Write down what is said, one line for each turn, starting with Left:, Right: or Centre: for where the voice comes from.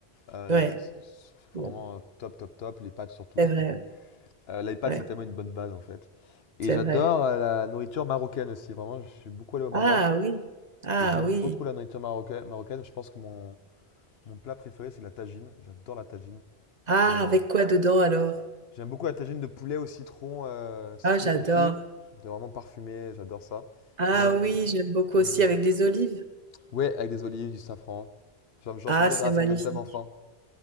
Left: Euh,
Right: Ouais.
Left: c'est c'est
Right: Ouais.
Left: vraiment top, top, top. Les pâtes surtout.
Right: C'est
Left: <laughs>
Right: vrai.
Left: Euh, les pâtes
Right: Ouais,
Left: c'est
Right: Ouais,
Left: tellement une bonne base en fait. Et
Right: c'est
Left: j'adore
Right: vrai.
Left: euh, la nourriture marocaine aussi. Vraiment, je suis beaucoup allé au Maroc
Right: Ah oui. Ah
Left: et j'aime
Right: oui.
Left: beaucoup la nourriture marocaine. marocaine. Je pense que mon, mon plat préféré c'est la tagine. J'adore la tagine.
Right: Ah,
Left: Euh,
Right: avec quoi dedans alors?
Left: J'aime beaucoup la tagine de poulet au citron, euh, citron
Right: Ah, j'adore.
Left: confit. C'est vraiment parfumé, j'adore ça.
Right: Ah
Left: Ma-
Right: oui, j'aime beaucoup aussi
Left: mhm.
Right: avec des olives.
Left: Ouais, avec des olives, du safran. Genre, genre,
Right: Ah,
Left: ça me donne,
Right: c'est
Left: ah, ça
Right: magnifique.
Left: me donne tellement faim.